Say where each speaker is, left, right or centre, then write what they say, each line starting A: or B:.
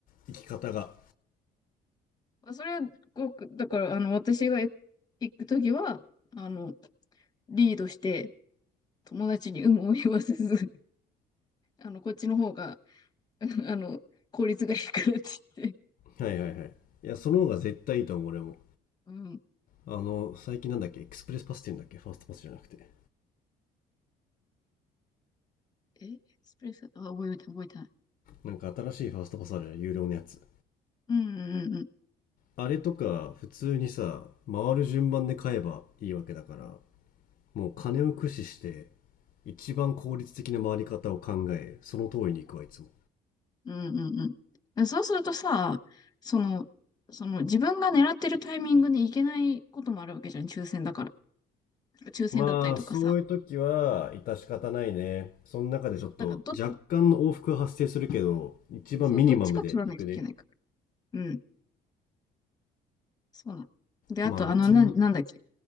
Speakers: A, on the left (about 55°); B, on the left (about 25°).
A: 生き方が
B: それは、ごく、だから、あの、私が行くときは、あの、リードして、友達に有無を言わせずあの、こっちの方が、<laughs> あの、効率がいいからって言って。
A: はいはいはいいやその方が絶対いいと思う俺も
B: うん。
A: あの最近なんだっけエクスプレスパスっていうんだっけファーストパスじゃなくて
B: え、エクスプレス、あ、覚えてない、覚えてない。
A: なんか新しいファーストパスあるじゃん有料のやつ
B: うんうんうん。
A: あれとか普通にさ回る順番で買えばいいわけだからもう金を駆使して一番効率的な回り方を考えその通りに行くわいつも
B: うんうんうん。そうするとさ、その、その自分が狙ってるタイミングに行けないこともあるわけじゃん、抽選だから。抽選だったりとかさ。
A: まあそういう時は致し方ないねその中でちょっと若干の往復は発生するけど一番ミニマムで行くね
B: そう、だからど、そう、どっちか取らなきゃいけないから。うん。そうなの。で、あと、
A: まあ別に
B: あの、な、なんだっけ。